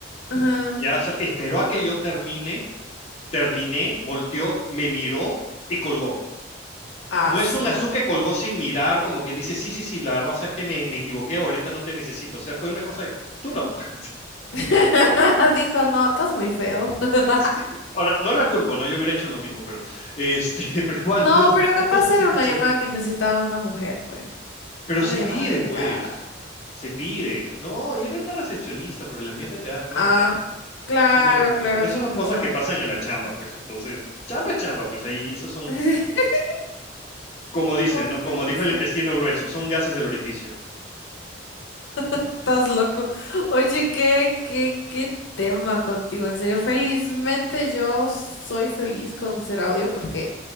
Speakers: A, on the left; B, on the left.
A: Ajá.
B: Ya, o sea, esperó a que yo termine, terminé, volteó, me miró y colgó.
A: Aso.
B: No es un Azu que colgó sin mirar, como quien dice, sí, sí, sí, la verdad es que me, me equivoqué, ahorita no te necesito. O sea, fue una cosa, de, tú no. <laughs>
A: <laughs> Dijo, no, estás muy feo. <laughs>
B: Sí, Ahora, no la culpo, ¿no? Yo hubiera hecho lo mismo, pero, este, <laughs> pero igual
A: No,
B: no,
A: pero
B: <laughs>
A: capaz
B: no se siente
A: era una
B: chévere.
A: llamada que necesitaban una mujer, pues.
B: Pero
A: Una
B: se
A: llamada
B: pide,
A: delicada.
B: pues, se pide. No, y era una recepcionista, por el ambiente te das cuenta.
A: Ah, claro,
B: Es una recepcionista.
A: claro,
B: Pero
A: tienes
B: esas son cosas
A: razón.
B: que pasan en la chamba, pues. Entonces, chamba es chamba, pues ahí, esos son,
A: <laughs>
B: como dicen,
A: No,
B: ¿no? Como
A: qué risa.
B: dijo el intestino grueso, son gases del orificio.
A: Estás loco. Oye, qué, qué, qué tema contigo, en serio. Felizmente yo soy feliz con ser audio porque